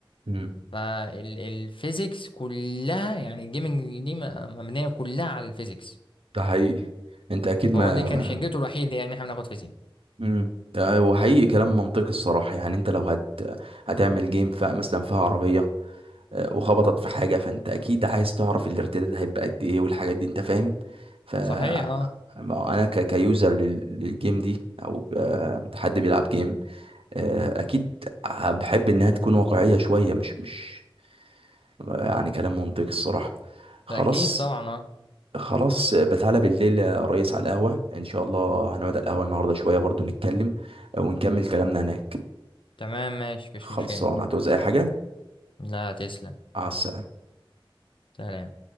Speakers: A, on the right (about 80°); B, on the left (about 65°).
A: مم.
B: فالفيزيكس كلها يعني الجيمنج دي م- مبنيه كلها على الفيزيكس
A: ده حقيقي انت اكيد
B: فهو
A: ما
B: دي كان حجته الوحيدة يعني احنا بناخد فيزياء
A: امم وحقيقي كلام منطقي الصراحة يعني انت لو هت هتعمل جيم ف... مثلا فيها عربية آه، وخبطت في حاجة فانت اكيد عايز تعرف الارتداد هيبقى قد ايه والحاجات دي انت فاهم ف
B: صحيح اه
A: ما انا ك... كيوزر لل... للجيم دي او آه، حد بيلعب جيم آه، اكيد ه- بحب انها تكون واقعية شوية مش مش يعني كلام منطقي الصراحة خلاص
B: ده اكيد طبعا اه
A: خلاص بتعالى بالليل يا ريس على القهوة إن شاء الله هنقعد على القهوة النهاردة شوية برضو نتكلم ونكمل كلامنا هناك
B: تمام ماشي مفيش
A: خلصان
B: مشكلة
A: هتعوز أي حاجة
B: لا تسلم
A: مع السلامة
B: سلام